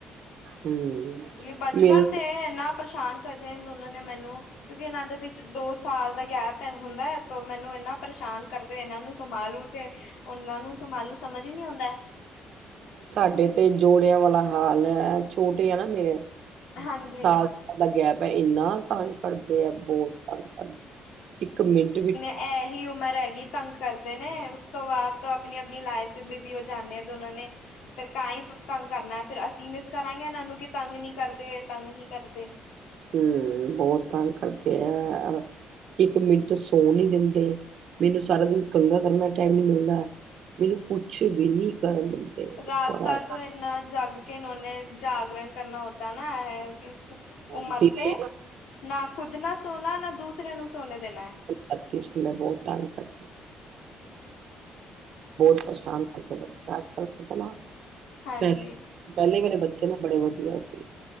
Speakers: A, on the right; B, on the left.
A: ਹੂੰ।
B: ਏ ਬਚਪਨ
A: ਮੇਰੇ
B: ਤੇ ਏਨਾ ਪਰੇਸ਼ਾਨ, ਕਦੇ ਦੋਨਾਂ ਨੇ ਮੈਨੂੰ, ਕਿਉਂਕਿ ਇਨਾ ਦੇ ਵਿੱਚ ਦੋ ਸਾਲ ਦਾ ਗੈਪ ਐ ਹੁੰਦਾ, ਤੋ ਮੈਨੂੰ ਇਨਾ ਪਰੇਸ਼ਾਨ ਕਰਦੇ ਇਹਨਾਂ ਨੂੰ ਸੰਭਾਲੂ ਤੇ, ਉਹਨਾਂ ਨੂੰ ਸਮਾਲੂ ਸਮਝ ਨਈ ਆਉਂਦਾ,
A: ਸਾਡੇ ਤੇ ਜੋੜਿਆਂ ਵਾਲਾ ਹਾਲ ਐ, ਛੋਟੇ ਆ ਨਾ ਮੇਰੇ
B: ਹਾਂਜੀ
A: ਸਾਲ ਦਾ ਗੈਪ ਏ, ਇੰਨਾ ਤੰਗ ਕਰਦੇ ਆ, ਬਹੁਤ ਤੰਗ ਕਰਦੇ, ਇੱਕ ਮਿੰਟ ਵੀ
B: ਏ ਐਹੀ ਉਮਰ ਹੈਗੀ ਤੰਗ ਕਰਦੇ ਨੇ, ਉਸ ਤੋਂ ਬਾਅਦ ਤਾ ਆਪਣੀ -ਆਪਣੀ ਲਾਈਫ ਚ ਬਿਜ਼ੀ ਹੋ ਜਾਂਨੇ ਏ ਦੋਨਾਂ ਨੇ, ਫੇਰ ਤਾਹੀ ਤੰਗ ਕਰਨਾ ਏ, ਫਿਰ ਅਸੀਂ ਮਿਸ ਕਰਾਂਗੇ ਏਹਨਾਂ ਨੂੰ ਕਿ ਤੰਗ ਨਹੀਂ ਕਰਦੇ -ਤੰਗ ਨਹੀਂ ਕਰਦੇ।
A: ਹਮ! ਬਹੁਤ ਤੰਗ ਕਰਦੇ ਐ, ਇੱਕ ਮਿੰਟ ਚ ਸੌਣ ਨੀ ਦਿੰਦੇ, ਮੈਨੂੰ ਸਾਰਾ ਦਿਨ ਕੰਗਾ ਕਰਨ ਦਾ ਟਾਈਮ ਨੀ ਮਿਲਦਾ, ਮੈਨੂੰ ਕੁਛ ਵੀ, ਕਰਨ ਨਹੀ ਦਿੰਦੇ।
B: ਰਾਤਾਂ
A: ਬੜਾ
B: ਤੋਂ ਇੰਨਾ ਜਗ ਕਿ ਇਨੋ ਨੇ, ਜਾਗਰਣ ਕਰਨਾ ਹੋਤਾ ਨਾ, ਐ ਇਸ ਉਮਰ
A: ਦਿਨੇ
B: ਤੇ, ਨਾ ਖੁੱਦ ਨਾ ਸੋਣਾ, ਨਾ ਦੂਸਰੇ ਨੂੰ ਸੋਨੇ ਦੇਣਾ,
A: ਰਾਤੀ ਸੋਣ ਤੇ ਬਹੁਤ ਤੰਗ ਕਰਦੇ, ਬੋਤ ਪਰੇਸ਼ਾਨ ਕਰਦੇ ਬੱਚੇ, ਅੱਜ- ਕੱਲ ਪਤਾ ਨਾ
B: ਹਾਂਜੀ
A: ਪੈ, ਪੈਲੇ ਵਾਲੇੇ ਬੱਚੇ ਨਾ, ਬੜੇ ਵਧੀਆ ਸੀ।